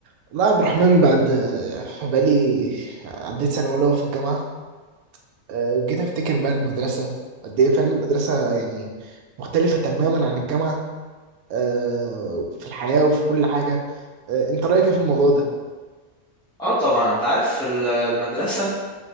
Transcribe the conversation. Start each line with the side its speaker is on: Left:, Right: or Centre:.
Right: والله يا عبد الرحمن بعد آه، بقالي عديت سنة أولى في الجامعة آه، جيت أفتكر بقى المدرسة قد إيه فعلا المدرسة يعني مختلفة تماما عن الجامعة آه، في الحياة وفي كل حاجة آه، أنت رأيك إيه في الموضوع ده؟
Centre: اه طبعا انت عارف في ال- المدرسة